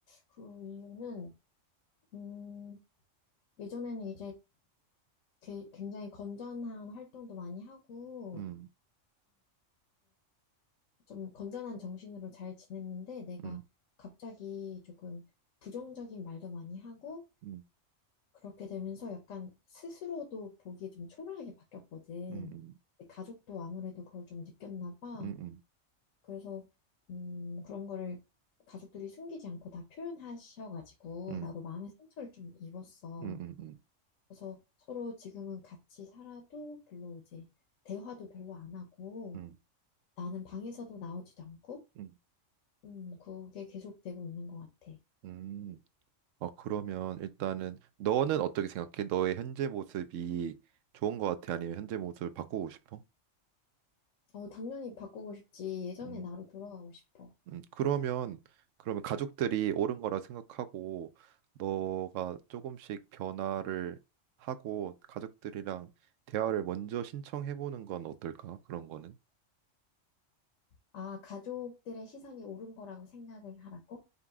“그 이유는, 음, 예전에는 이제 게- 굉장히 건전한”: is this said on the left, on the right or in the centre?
Left